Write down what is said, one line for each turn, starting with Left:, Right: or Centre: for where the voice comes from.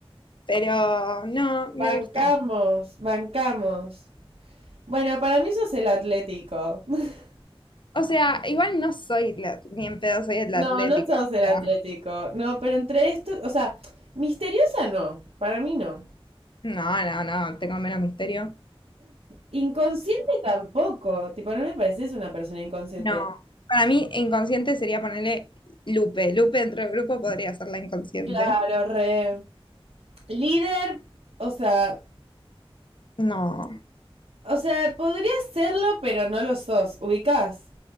Left: Pero no, me
Right: Bancamos,
Left: gusta.
Right: bancamos. Bueno, para mí sos el Atlético. <laughs>
Left: O sea, igual no soy la- ni en pedo soy el
Right: No,
Left: Atlético.
Right: no sos
Left: o
Right: el
Left: sea,
Right: Atlético. No, pero entre estos, o sea, misteriosa no, para mí no.
Left: no, no, no, tengo menos misterio.
Right: Inconsciente tampoco, tipo, no me pareces una persona inconsciente.
Left: No. Para mí, inconsciente sería ponerle Lupe. Lupe dentro del grupo podría ser la inconsciente.
Right: Claro, re. Líder, o sea,
Left: No.
Right: O sea, podría serlo, pero no lo sos. Ubicás.